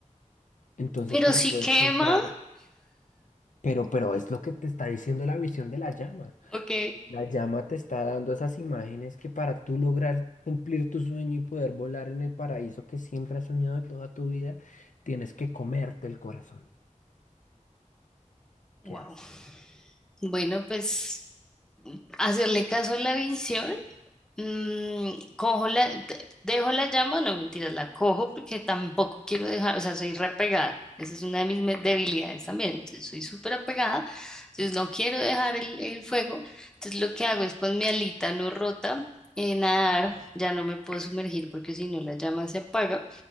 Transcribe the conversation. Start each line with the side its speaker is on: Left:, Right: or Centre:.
Left: Entonces
Centre: Pero
Left: para
Centre: si
Left: poder
Centre: quema,
Left: comprar, pero, pero es lo que te está diciendo la visión de la llama.
Centre: ok,
Left: La llama te está dando esas imágenes que para tú lograr cumplir tu sueño y poder volar en el paraíso que siempre has soñado de toda tu vida, tienes que comerte el corazón.
Centre: wow.
Left: ¿Qué haces?
Centre: Bueno, pues hacerle caso a la visión. Mm, cojo la, de- dejo la llama, no mentiras, la cojo porque tampoco quiero dejar, o sea, soy reapegada. Esa es una de mis me- debilidades también. Entonces, soy súper apegada. Entonces, no quiero dejar el, el fuego. Entonces, lo que hago es con mi alita no rota, eh, nadar. Ya no me puedo sumergir porque si no, la llama se apaga